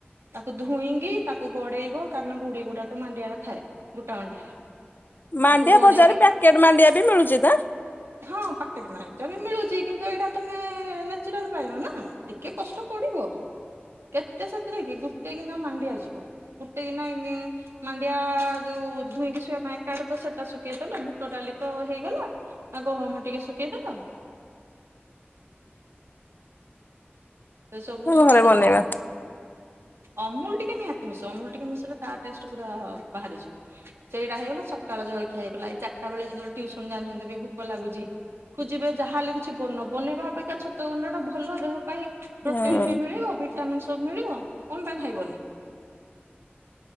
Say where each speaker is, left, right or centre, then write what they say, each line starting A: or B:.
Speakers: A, on the right; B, on the left.
A: ତାକୁ ଧୁଇଁକି ତାକୁ ଗଡେଇବ କାରଣ ଗୁଡି ଗୁଡା ତ ମାଣ୍ଡିଆରେ ଥାଏ। ଗୁଟା ମାଣ୍ଡିଆରେ।
B: ମାଣ୍ଡିଆ
A: ତାକୁ ଗୋଡେଇକି
B: ବଜାରରେ ପ୍ୟାକେଟ ମାଣ୍ଡିଆ ବି ମିଳୁଛି ତ?
A: ହଁ ପ୍ୟାକେଟ୍ ମାଲ ଟା ବି ମିଳୁଛି କିନ୍ତୁ ଏଇଟା ତମେ ନେଚୁରାଲ ପାଇଲ ନା। ଟିକେ କଷ୍ଟ ପଡିବ, କେତେ ସେଥିରେ କି ଗୁଟେ ଗିନା ମାଣ୍ଡିଆଯିବ। ଗୁଟେ ଗିନା ଇଁ ମାଣ୍ଡିଆ ଯୋଉ ଧୁଇଁକି ଶୋଇବା ପାଇଁ ଏକାଡେ ତ ସେଟା ଶୁଖେଇଦେଲ ବୁଟ ଡାଲି ତ ହେଇଗଲା। ଆ ଗହମ ଟିକେ ଶୁଖେଇଦେଲ। ସେ ସବୁ
B: ହଁ
A: ଶୁଖେଇଦେଲ
B: ଘରେ ବନେଇବା
A: ଅମୁ ଅମୁଲ ଟିକେ ନିହାତି ମିଶେଇବ, ଅମୁଲ ଟିକେ ମିଶେଇଲେ ତା ଟେଷ୍ଟ ପୁରା ବାହାରିଯିବ। ସେଇଟା ହେଇଗଲା ସକାଳ ଜଳଖିଆ ହେଇଗଲା ଏଇ ଚାରିଟା ବେଳେ ଯେତେବେଳେ ଟିୟୁସନ ଜାଉଁଛନ୍ତି ବି ଭୁକ ଲାଗୁଛି ଖୋଜିବେ ଯାହାହେଲେ କିଛି ବନ ବନେଇବା ଅପେକ୍ଷା ଛତୁଆ ଗୁଣ୍ଡ ଟା ଭଲ ଦେହ ପାଇଁ। ପ୍ରୋଟିନ୍
B: ହଁ
A: ବି ମିଳିବ ଭିଟାମିନ୍ ସବୁ ମିଳିବ କଣ ପାଇଁ ଖାଇବନି?